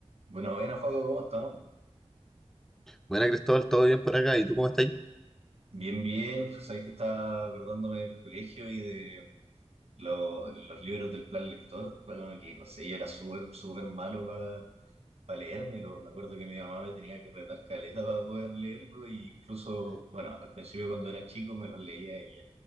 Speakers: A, on the right; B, in the centre.
A: Bueno, buenas, Joaco, ¿cómo estamos?
B: Buena Cristóbal, ¿todo bien por acá? ¿Y tú cómo estás?
A: Bien, bien. Sabéis que estaba acordándome del colegio y de mm, lo- los libros del plan lector. Claro que no sé, yo era súper, súper malo para para leérmelo. Me acuerdo que mi mamá me tenía que retar caleta para poder leerlo, y incluso, bueno, al principio cuando era chico me los leía ella.